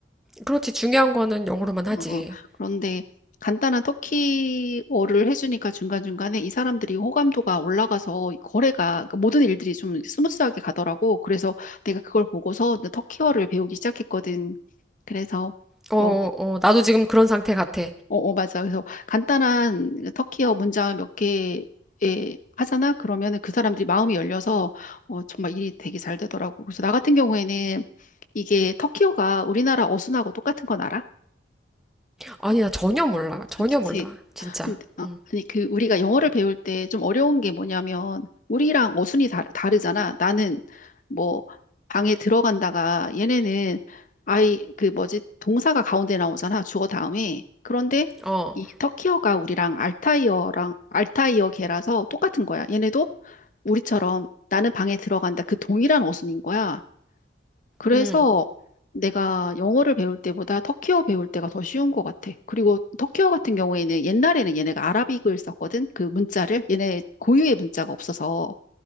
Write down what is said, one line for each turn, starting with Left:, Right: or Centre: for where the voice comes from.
Centre: 그렇지, 중요한 거는 영어로만 하지.
Left: 어, 어. 그런데 간단한 터키어를 해주니까 중간중간에 이 사람들이 호감도가 올라가서 거래가 그 모든 일들이 좀 스무스하게 가더라고. 그래서 내가 그걸 보고서 이제 터키어를 배우기 시작했거든. 그래서
Centre: 어,
Left: 어, 어,
Centre: 어, 나도 지금 그런 상태 같아.
Left: 어, 어, 맞아. 그래서 간단한 터키어 문장 몇 개에 하잖아. 그러면은 그 사람들이 마음이 열려서 어, 정말 일이 되게 잘 되더라고. 그래서 나 같은 경우에는 이게 터키어가 우리나라 어순하고 똑같은 건 알아?
Centre: 아니, 나 전혀 몰라. 전혀
Left: 그치.
Centre: 몰라. 진짜.
Left: 근데- 아,
Centre: 응.
Left: 아니, 그, 우리가 영어를 배울 때 좀 어려운 게 뭐냐면, 우리랑 어순이 다, 다르잖아. 나는, 뭐, 방에 들어간다가, 얘네는, 아이, 그 뭐지, 동사가 가운데 나오잖아. 주어 다음에. 그런데,
Centre: 어.
Left: 이 터키어가 우리랑 알타이어랑, 알타이어계라서 똑같은 거야. 얘네도 우리처럼 나는 방에 들어간다. 그 동일한 어순인 거야. 그래서
Centre: 응.
Left: 내가 영어를 배울 때보다 터키어 배울 때가 더 쉬운 것 같아. 그리고 터키어 같은 경우에는 옛날에는 얘네가 아라빅을 썼거든. 그 문자를. 얘네 고유의 문자가 없어서.